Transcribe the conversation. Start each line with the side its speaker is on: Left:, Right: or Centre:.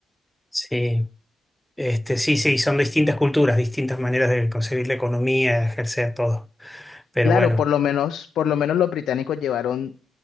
Centre: Sí, este, sí, sí, son distintas culturas, distintas maneras de concebir la economía, ejercer todo. Pero
Left: Claro,
Centre: bueno,
Left: por lo menos, por lo menos los británicos llevaron